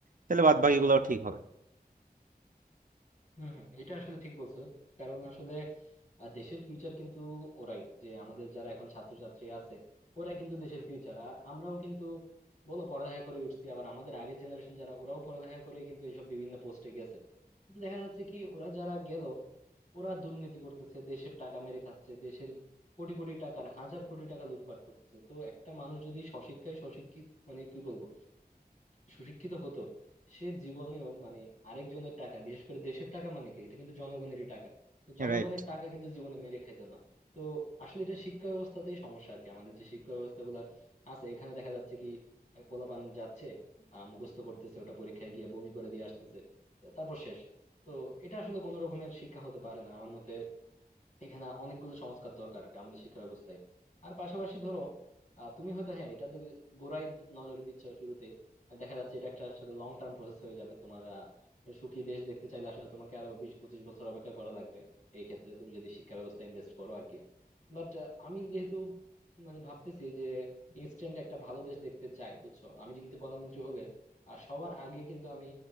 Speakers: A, on the right; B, on the left.
A: তাহলে বাদ বাকিগুলোও ঠিক হবে
B: হম হম এটা আসলে ঠিক বলছো কারণ আসলে আহ, দেশের ফিউচার কিন্তু ওরাই যে আমাদের যারা এখন ছাত্রছাত্রী আছে ওরা কিন্তু দেশের ফিউচার আর আমরাও কিন্তু বলো পড়ালেখা করে উঠছি আবার আমাদের আগের জেনারেশন যারা ওরাও পড়ালেখা করে কিন্তু এইসব বিভিন্ন পোস্টে গেছে কিন্তু দেখা যাচ্ছে কি ওরা যারা গেল ওরা দুর্নীতি করতেছে দেশের টাকা মেরে খাচ্ছে দেশের কোটি কোটি টাকার হাজার কোটি টাকা লুটপাট করতেছে তো একটা মানুষ যদি সশিক্ষায় সশিক্ষিত মানে কি বলবো সুশিক্ষিত হতো সে জীবনেও মানে আরেকজনের টাকা বিশেষ করে দেশের টাকা মানে কি এটা কিন্তু জনগণেরই টাকা তো জনগণের
A: রাইট
B: টাকা কিন্তু জীবনে মেরে খাইতো না তো আসলে এটা শিক্ষা ব্যবস্থাতেই সমস্যা আর কি আমাদের যে শিক্ষা ব্যবস্থা গুলা আছে এখানে দেখা যাচ্ছে কি আহ, পোলাপান যাচ্ছে আহ মুখস্থ করতেছে ওটা পরীক্ষায় গিয়ে বমি করে দিয়ে আসতেছে তারপর শেষ তো এটা আসলে কোনো রকমের শিক্ষা হতে পারে না আমার মতে এখানে অনেকগুলো সংস্কার দরকার আর কি আমাদের শিক্ষা ব্যবস্থায় আর পাশাপাশি ধরো আহ, তুমি হয়তো হ্যাঁ এটা তো গোড়ায় নজর দিচ্ছ শুরুতেই দেখা যাচ্ছে এটা একটা আসলে লং টার্ম প্রসেস হয়ে যাবে তোমার আহ, সুখী দেশ দেখতে চাইলে আসলে তোমাকে আরো বিশ পঁচিশ বছর অপেক্ষা করা লাগবে এই ক্ষেত্রে তুমি যদি শিক্ষা ব্যবস্থা ইনভেস্ট করো আর কি বাট আমি যেহেতু মানে ভাবতেছি যে ইনস্ট্যান্ট একটা ভালো দেশ দেখতে চাই বুঝছো আমি কিন্তু প্রধানমন্ত্রী হলে আর সবার আগে কিন্তু আমি